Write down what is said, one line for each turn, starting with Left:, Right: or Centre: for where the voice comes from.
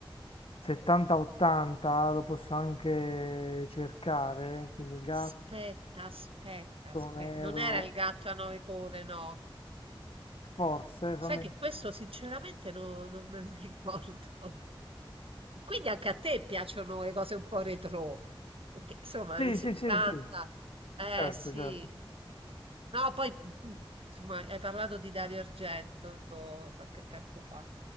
Left: 70-80, lo posso anche cercare, quindi gatto
Right: Aspetta, aspetta, aspetta.
Left: nero,
Right: Non era il gatto a nove code, no.
Left: forse, fammi...
Right: Sai che questo sinceramente no- non me lo <laughs> ricordo. Quindi anche a te piacciono le cose un po' retro, perché insomma
Left: Sì,
Right: anni 70,
Left: sì, sì, sì,
Right: eh
Left: certo,
Right: sì,
Left: certo.
Right: no, poi tu insomma hai parlato di Dario Argento qualche tempo fa,